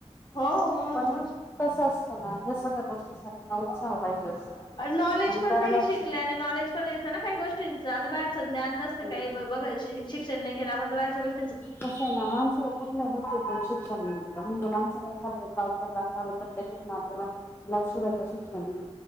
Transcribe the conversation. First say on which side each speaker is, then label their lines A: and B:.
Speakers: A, on the left; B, on the left.
A: हो मग
B: पण
A: मग
B: कसं असत ना. हे सगळ्या गोष्टीसाठीना उत्साह पाहिजे असतो.
A: नॉलेज
B: आणि
A: पण
B: करण्याची
A: नाही शिकले आणि नॉलेज पण येत ना काही गोष्टींचं आता बाहेरचं न्यान न --
B: हम्म.
A: सत काय बघ शिक्षण नाही केल आपण तर बाहेरच्या गोष्टी --
B: कशा आहे ना माणसाला कठ स् शिक्षणर म्हणजे माणसचा क्लास झाला तर त्याच्यात आपल्याला क्लास शिवाय तर शिक्षण नाही.